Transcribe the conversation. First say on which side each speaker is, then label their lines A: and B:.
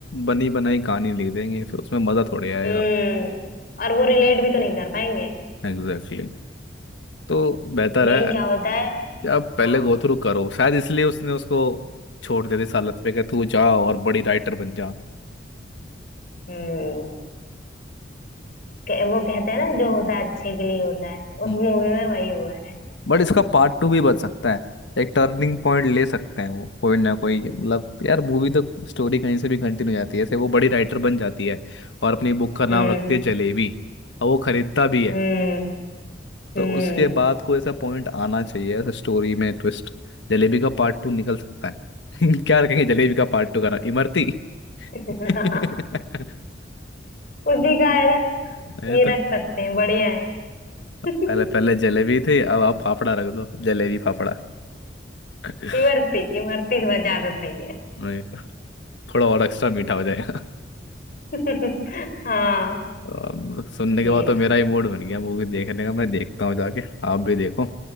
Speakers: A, on the left (about 80°); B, on the left (about 50°).
A: बनी बनाई कहानी लिख देंगे फिर उसमें मजा थोड़ी आएगा
B: हम्म और वो रिलेट भी तो नहीं कर पाएंगे
A: एग्जैक्टली exactly. तो बेहतर
B: मेन
A: है
B: क्या होता है
A: कि आप पहले
B: हाँ
A: गो थ्रू करो शायद इसलिए उसने उसको छोड़ दे दी इस हालत में कि तू जा और बड़ी राइटर बन
B: हम्म के- वो कहते हैं ना जो होता है अच्छे के लिए होता है
A: जा
B: उस मूवी में वही हुआ है
A: बट इसका पार्ट टू भी बन सकता है एक टर्निंग पॉइंट ले सकते हैं वो कोई ना कोई मतलब यार मूवी तो स्टोरी कहीं से भी कंटिन्यू हो जाती है ऐसे वो बड़ी राइटर बन जाती है और अपनी बुक का नाम
B: हम्म
A: रखती है जलेबी और वो खरीदता भी है
B: हम्म हम्म
A: तो उसके बाद कोई ऐसा पॉइंट आना चाहिए ऐसे स्टोरी में ट्विस्ट जलेबी का पार्ट टू निकल सकता है <laughs> क्या रखेंगे जलेबी का पार्ट टू का नाम इमरती
B: <laughs>
A: <laughs> नहीं
B: उसी का है ना
A: तो
B: ये रख सकते हैं बढ़िया है <laughs>
A: पहले पहले जलेबी थी अब आप फाफड़ा रख दो जलेबी फाफड़ा <laughs>
B: इमरती इमरती थोड़ा ज्यादा सही है
A: नहीं थोड़ा और एक्स्ट्रा मीठा हो जाएगा <laughs>
B: <laughs> हाँ
A: अम, सुनने
B: बढ़िया
A: के बाद तो मेरा
B: है।
A: ही मूड बन गया मूवी देखने का मैं देखता हूँ जाके आप भी देखो